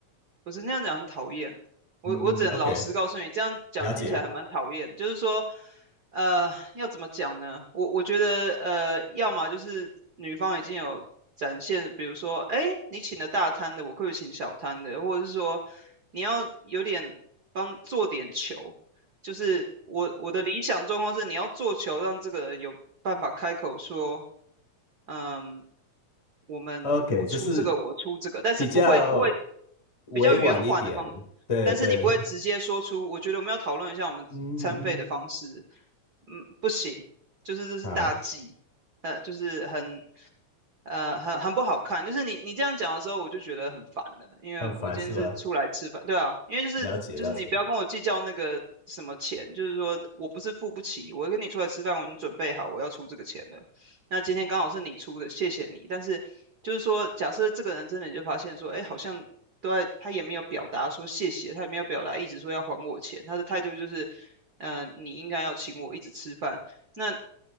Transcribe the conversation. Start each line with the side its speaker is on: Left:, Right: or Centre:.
Right: 不是那样讲很讨厌，
Left: <laughs>
Right: 我我只能老实告诉你，
Left: 嗯，OK，
Right: 这样讲听起来还蛮讨厌。
Left: 了解。
Right: 就是说，呃，要怎么讲呢？我我觉得，呃，要么就是女方已经有展现，比如说，哎，你请了大摊的，我可不可以请小摊的？或者是说，你要有点帮做点球，就是我我的理想状况是，你要做球，让这个人有办法开口说，嗯、我们我出这个，
Left: OK，就是
Right: 我出这个，但是不会不会
Left: 比较委婉一点，
Right: 比较圆环的方式，
Left: 对对，
Right: 但是你不会直接说出，我觉得我们要讨论一下我们餐费的方式，
Left: 嗯嗯，
Right: 嗯，不行，就是这是大忌，
Left: 好，
Right: 呃，就是很呃很很不好看，就是你你这样讲的时候，我就觉得很烦了，因为我今天是出来吃饭，
Left: 很烦是吧？
Right: 对啊，因为就是就是你不要跟我计较那个什么钱，
Left: 了解了解，
Right: 就是说我不是付不起，我跟你出来吃饭，我已经准备好我要出这个钱了。那今天刚好是你出的，谢谢你。但是就是说，假设这个人真的就发现说，哎，好像都在，他也没有表达说谢谢，他也没有表达一直说要还我钱，他的态度就是，嗯、你应该要请我一直吃饭。那